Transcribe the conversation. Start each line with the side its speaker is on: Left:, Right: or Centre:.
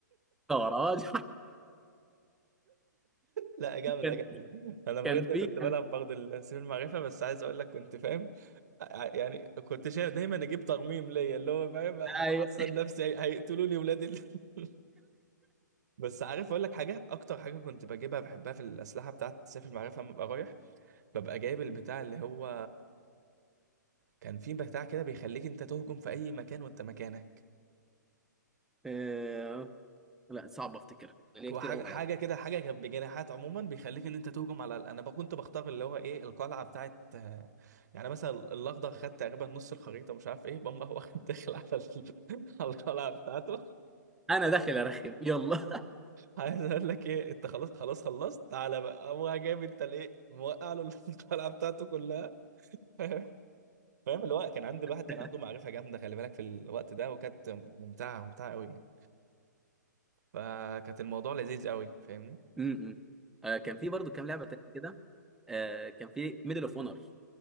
Centre: <laughs> طراج
Right: لا
Centre: <laughs>
Right: جامدة
Centre: كان
Right: جامدة أنا بجد
Centre: كان في
Right: كنت
Centre: كان
Right: بلعب برضه السيف المعرفة بس عايز أقول لك كنت فاهم ع- يعني كنت شايف دايما أجيب ترميم ليا اللي هو فاهم
Centre: أيوة.
Right: بحصن نفسي هي- هيقتلوني ولاد ال... <laughs> بس عارف أقول لك حاجة أكتر حاجة كنت بجيبها بحبها في الأسلحة بتاعت سيف المعرفة لما ببقى رايح ببقى جايب البتاع اللي هو كان في بتاع كده بيخليك أنت تهجم في أي مكان وأنت مكانك
Centre: آه، لا صعب أفتكر ليا
Right: هو
Centre: كتير
Right: حاجه
Centre: أوي ما
Right: حاجه
Centre: لعبت
Right: كده حاجه كانت بجناحات عموما بيخليك ان انت تهجم على ال- انا بقى كنت بختار اللي هو ايه القلعه بتاعت آه، يعني مثلا الاخضر خد تقريبا نص الخريطه مش عارف ايه بقوم راح واخد داخل على ال... <laughs> على القلعه بتاعته
Centre: أنا داخل أرخم يلا
Right: عايز اقول لك ايه انت خلاص خلاص خلصت تعالى بقى قوم راح جايب انت ليه موقع له <laughs> القلعه بتاعته كلها <laughs> فاهم فاهم الوقت كان عند الواحد كان
Centre: <laughs>
Right: عنده معرفه جامده خلي بالك في الوقت ده وكانت ممتعه ممتعه قوي يعني فكانت الموضوع لذيذ قوي فاهمني
Centre: م-م. آه، كان في برضو كام لعبة تانية كده آه، كان في ميدل أوف أونر